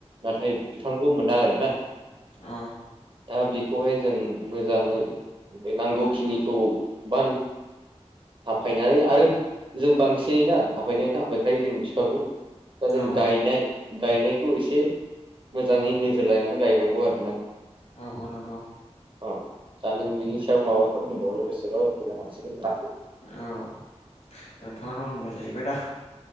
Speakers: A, on the right (about 45°); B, on the left (about 75°).
A: नाथाय बिथांखौ मोना आरो ना
B: ओ
A: दा बेखौहाय जों मोजाङै बे नांगौखिनिखौ बा हाफायनानै आरो जों बांसिन ना हाफनायाथ' हाायखायो जों मिथिखागौ दा जों
B: औ
A: गायनाय गायनायखौ एसे मोजाङै नोजोर लायनानै गायनांगौ आरोना
B: औ नंगौ नंगौ
A: औ दा नों बिनि सायाव माबाफोर दंबावो लोगोसेल' बुंनो हासिगोन
B: औ नोंथाङाथ' होनबाय जाहैबाय दा